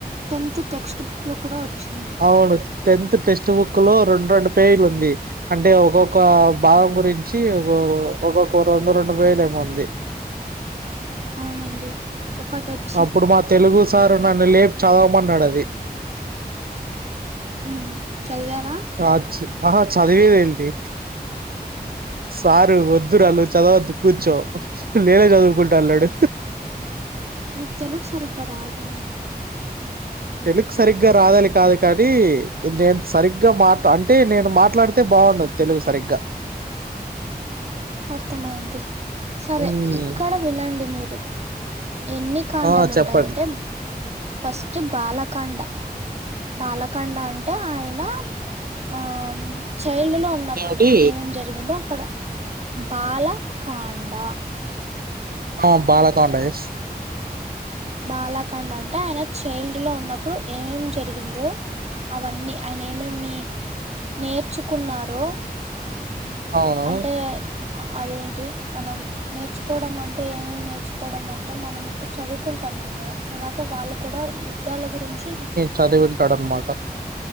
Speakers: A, on the right; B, on the right.
A: టెన్త్ టెక్స్ట్ బుక్ లో కూడా ఒచ్చింది.
B: అవును టెన్త్ టెక్స్ట్ బుక్ లో రెండు, రెండు పేజీలు ఉంది అంటే ఒకోక భావం గురించి <unintelligible> ఒకోక్క రెండు, రెండు వేలు ఏమో ఉంది.
A: అవునండి ఒకటోచ్
B: అప్పుడు మా తెలుగు సార్ నన్ను లేపి చదవమన్నాడు అది.
A: ఉమ్ చదివారా
B: ఆచ్ ఆహా చదివేద దెంటి సారు వద్దు రా నువ్ చదవోద్దు కూర్చో, నేనే చదువుకుంటా అన్నాడు.
A: మీక్ తెలుగు సరిగ్గా రాదా
B: తెలుగు సరిగ్గా రాదానీ కాదు కానీ, నేను సరిగ్గా మాట్ అంటే నేను మాట్లాడితే బావుండదు. తెలుగు సరిగ్గా
A: అర్థమయింది, సరే
B: ఉమ్,
A: ఇక్కడ వినండి మీరు ఎన్ని కాండలుంటాయంటే,
B: ఆ చెప్పండి
A: ఫస్ట్ బాలకాండ బాలకండ అంటే ఆయన, ఆ చైల్డ్ లో ఉన్ ఉన్నప్పుడు
B: ఏమిటి
A: ఏమేం జరిగిందో అక్కడ బాలకాండ
B: ఆ బాలకాండ ఎస్
A: బాలఖండ్ అంటే ఆయన చైల్డ్ లో ఉన్నప్పుడు ఏమేం జరిగిందో అవన్నీ ఆయన ఏమే మీ నేర్చుకున్నారో
B: అవును
A: అంటే అదేంటి మనం నేర్చుకోవడం అంటే ఏమేమి నేర్చుకోవడం అంటే మనం ఇప్పుడు చదువుకుంటన్నాము అలాగే వాళ్ళు కూడా యుద్ధాల గురించి
B: చదివింటాడన్నమాట